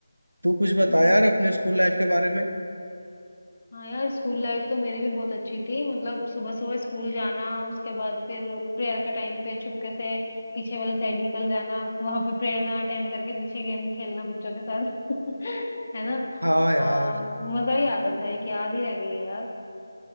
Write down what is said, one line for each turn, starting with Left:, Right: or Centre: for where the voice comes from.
Right: तू कुछ बता
Left: हम्म
Right: यार अपने स्कूल लाइफ के बारे में
Left: हाँ यार स्कूल लाइफ तो मेरी भी बहुत अच्छी थी मतलब सुबह सुबह स्कूल जाना उसके बाद फिर प्रेयर के टाइम पे छुपके से पीछे वाली साइड निकल जाना वहां पे प्रेयर ना अटेंड करके पीछे गेम खेलना बच्चों के साथ <laughs> है ना
Right: हाँ यार
Left: और मजा ही आता था एक याद ही रह गई है यार